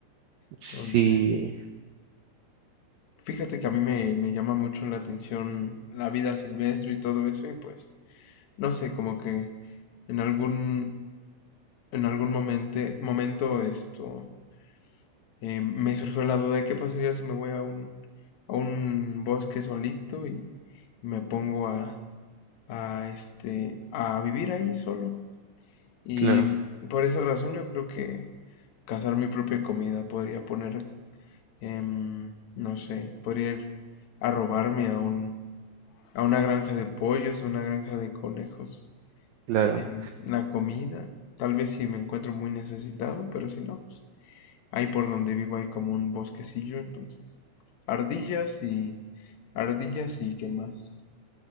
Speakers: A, on the right (about 80°); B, on the left (about 75°).
A: Sí,
B: Entonces, fíjate que a mí me, me llama mucho la atención la vida silvestre y todo eso, y pues, no sé, como que en algún, en algún momento, momento esto, eh, me surgió la duda de qué pasaría si me voy a un, a un bosque solito y me pongo a, a, este, a vivir ahí solo. Y
A: claro,
B: por esa razón yo creo que cazar mi propia comida podría poner, em, no sé, podría ir a robarme a un a una granja de pollos, una granja de conejos.
A: claro.
B: en la comida, tal vez si me encuentro muy necesitado, pero si no, pues ahí por donde vivo hay como un bosquecillo, entonces ardillas y ardillas y qué más.